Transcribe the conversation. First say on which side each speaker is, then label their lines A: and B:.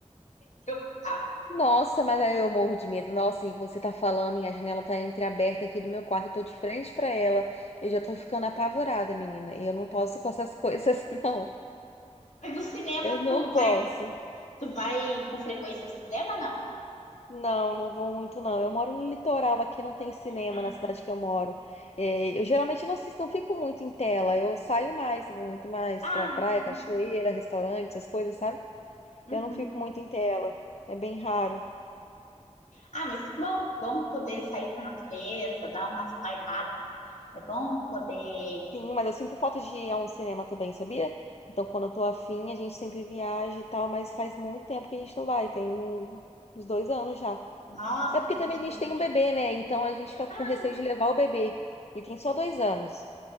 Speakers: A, on the left; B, on the left.
A: que eu <laughs>
B: Nossa, mas aí eu morro de medo. Nossa, e você tá falando e a janela tá entreaberta aqui do meu quarto. Eu tô de frente pra ela. Eu já tô ficando apavorada, menina. Eu não posso <laughs> com essas coisas, <laughs> não.
A: Mas no cinema,
B: Eu não
A: tu
B: posso.
A: vai, tu vai com frequência no cinema, não?
B: Não, não vou muito, não. Eu moro no litoral, aqui não tem cinema
A: Ah,
B: na cidade que eu moro. É, eu geralmente não assisto, não fico muito em tela. Eu saio mais, eu vou muito mais
A: ah,
B: pra praia, cachoeira,
A: uhum,
B: restaurante, essas coisas, sabe?
A: uhum.
B: Eu não fico
A: uhum.
B: muito em tela. É bem raro.
A: ah mas que bom, bom poder sair para a natureza, dar uma espairada. É bom poder...
B: Sim, mas eu sinto falta de ir a um cinema também, sabia? Então, quando eu tô afim, a gente sempre viaja e tal, mas faz muito tempo que a gente não vai, tem um- uns dois anos já.
A: Nossa,
B: Até porque
A: bastante
B: também a gente
A: tempo.
B: tem um bebê, né? Então a gente
A: Ah,
B: fica com receio de levar o bebê. E tem só dois anos.